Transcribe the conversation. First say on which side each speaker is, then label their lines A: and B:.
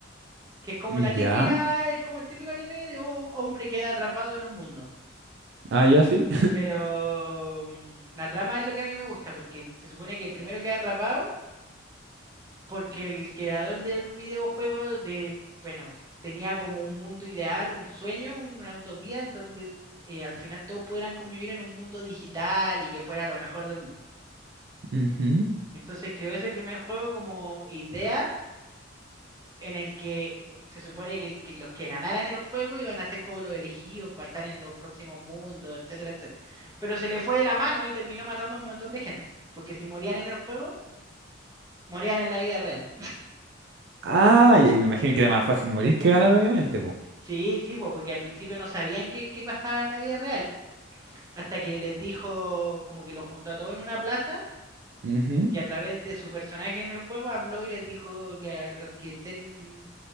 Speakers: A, on the right; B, on the right.
A: que es como
B: ¿Ya?
A: la típica, es como el típico anime de oh, hombre queda atrapado en un mundo.
B: Ah, ya sí.
A: Pero mm, la trama es lo que a mí me gusta, porque se supone que primero queda atrapado porque el creador del videojuego, de, bueno, tenía como un mundo ideal, un sueño, una utopía en donde eh, al final todos pudieran convivir en un mundo digital y que fuera lo mejor del mundo.
B: <laughs> Ujú.
A: Entonces creó ese primer juego como idea en el que eh, se supone que, el- que los que ganaran el juego iban a ser como los elegidos para estar en los próximos mundos, etcétera, etcétera. Pero se le fue de la mano y terminó matando a un montón de gente, porque si morían en el juego, morían en la vida real.
B: Ah, y ahí me imagino que era más fácil morir que ganar, obviamente, po.
A: Sí, sí, po, porque al principio no sabían qué, qué pasaba en la vida real, hasta que les dijo, como que los juntó a todos en una plaza,
B: Ujú.
A: y a través de su personaje en el juego habló y les dijo que a los que estén,